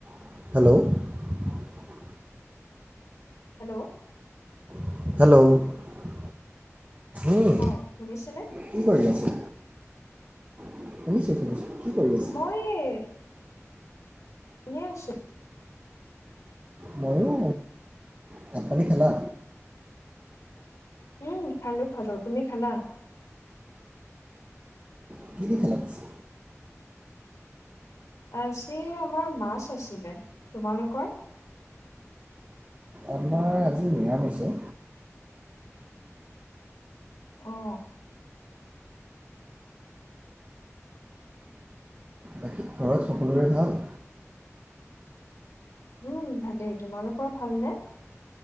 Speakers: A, on the right; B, on the left.
A: <inaudible>
B: Hello
A: <inaudible> উম
B: হয় শুনিছেনে?
A: কি কৰি আছা <inaudible> আছা
B: মই এ এনে আছে
A: ময়ো ভাত পানী খালা
B: উম খালো খালো তুমি খালা
A: খেল খেলছে
B: আজি আমাৰ মাছ আছিলে তোমালোকৰ
A: আমাৰ আজি নিৰামিষ অ
B: অ
A: বাকী ঘৰত সকলোৰে ভাল
B: উম ভালেই তোমালোকৰ ভালনেে